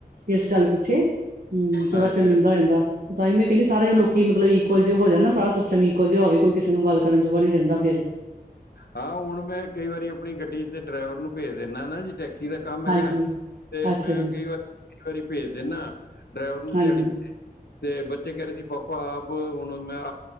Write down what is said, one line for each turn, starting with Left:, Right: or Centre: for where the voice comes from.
Right: ਇਸ ਡੱਲ ਪਿੱਛੇ, ਹੂੰ ਥੋੜਾ
Left: ਹਾਂ
Right: ਸ਼ਰਮਿੰਦਾ
Left: ਜੀ ਹਾਂ ਜੀ।
Right: ਪੈਂਦਾ ਤਾਂ ਈ ਮੈਂ ਕੈਂਦੀ ਸਾਰੇ ਲੋਕੀ ਮਤਲਬ ਇਕੋ ਜੇ ਹੋ ਜਾਣ ਨਾ, ਸਾਰਾ ਸਿਸਟਮ ਇਕੋ ਜੇਆ ਹੋਵੇ। ਕੋਈ ਕਿਸੇ ਨੂੰ ਗਾੱਲ ਕਰਨ ਜੋਗਾ ਨੀ ਰੈਂਦਾ ਫੇਰ
Left: ਹਾਂ, ਹੁਣ ਮੈਂ ਕਈ ਵਾਰੀ ਆਪਣੀ ਗੱਡੀ ਤੇ ਡਰਾਈਵਰ ਨੂੰ ਭੇਜ ਦਿੰਦਾ ਨਾ ਜੀ ਟੈਕਸੀ ਜੀਦਾ ਕੰਮ ਹੈਗੈ
Right: ਹਾਂਜੀ
Left: ਤੇ
Right: ਅੱਛਾ
Left: ਮੈਂ
Right: ਜੀ
Left: ਕਈ ਵਾਰੀ, ਕਈ ਵਾਰੀ ਪੇਜ਼ ਦੇਨਾ ਡਰਾਈਵਰ ਨੂੰ
Right: ਹਾਂਜੀ
Left: ਦਿਆੜੀ ਤੇ ਬੱਚੇ ਕਹ ਰੇ ਸੀ ਪਾਪਾ ਆਪ ਹੁਣ ਮੈਂ